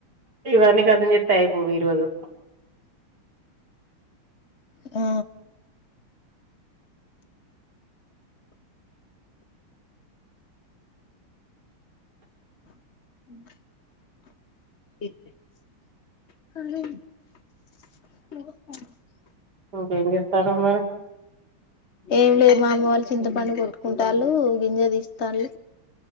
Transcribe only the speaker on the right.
ఇవన్నీ ఖతం చేస్తే అయిపోవు ఈరోజు
ఇకేం చేస్తున్నావ్ మరి